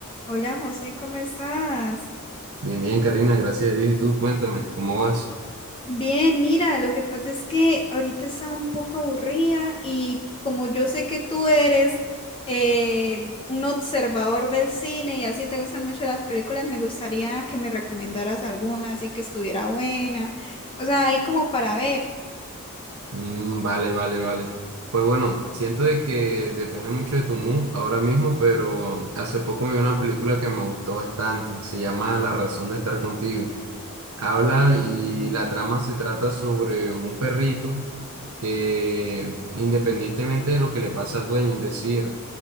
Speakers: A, on the left (about 25°); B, on the right (about 75°).
A: Hola José, ¿cómo estás?
B: Bien, bien, Karina, gracias a Dios. Y tú, cuéntame, ¿cómo vas?
A: Bien, mira, lo que pasa es que ahorita está un poco aburrida y como yo sé que tú eres eh, un observador del cine y así te gustan mucho las películas, me gustaría que me recomendaras alguna, así que estuviera buena, o sea, ahí como para ver.
B: Mm, vale, vale, vale. Pues bueno, siento de que depende mucho de tu mood ahora mismo, pero hace poco vi una película que me gustó bastante. Se llama La razón de estar contigo. Habla
A: Mm,
B: y la trama se trata sobre un perrito que independientemente de lo que le pasa al dueño, es decir,